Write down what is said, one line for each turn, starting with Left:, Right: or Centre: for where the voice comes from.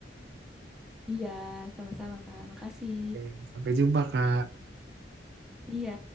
Centre: Iya, sama-sama Kak. Makasih.
Right: Oke, sampai jumpa, Kak.
Centre: Iya.